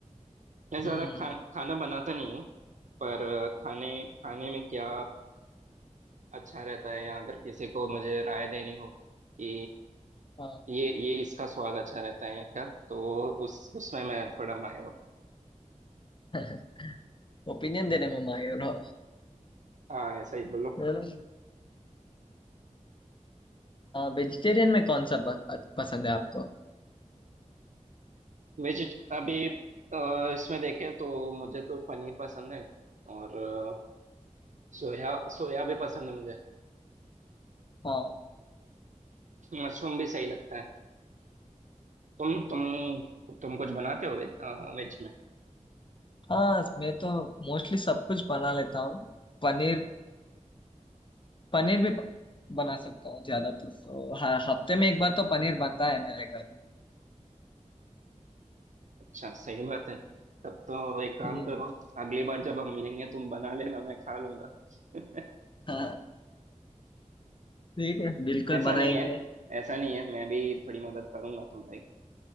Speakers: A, on the right; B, on the left.
A: मैं ज्यादा
B: हम्म
A: खा, खाना बनाता नहीं हूँ पर खाने खाने में क्या अच्छा रहता है या अगर किसी को मुझे राय देनी हो कि
B: हाँ
A: ये ये इसका स्वाद अच्छा रहता है या क्या तो वो उस उसमें मैं थोड़ा माहिर हूँ
B: <laughs> ओपिनियन देने में माहिर हो
A: हाँ ऐसा ही बोलो
B: चलो वेजिटेरियन में कौन सा प- पसंद है आपको
A: वेजिट अभी अ, इसमें देखें तो मुझे तो पनीर पसंद है और अ, सोया सोया भी पसंद है मुझे
B: हाँ
A: मशरूम भी सही लगता है तुम तुम तुम कुछ बनाते हो वेज, अ, वेज में
B: हाँ मैं तो मोस्टली सब कुछ बना लेता हूँ पनीर पनीर भी ब- बना सकता हूँ ज्यादातर तो हाँ हफ्ते में एक बार तो पनीर बनता है मेरे घर में
A: अच्छा सही बात है तब तो एक काम
B: हम्म
A: करो अगली बार जब हम मिलेंगे तुम बना लेना मैं खा लूंगा <laughs>
B: हाँ ठीक है बिल्कुल
A: ऐसा
B: बनाएंगे
A: नहीं है ऐसा नहीं है मैं भी थोड़ी मदद करूंगा तुम्हारी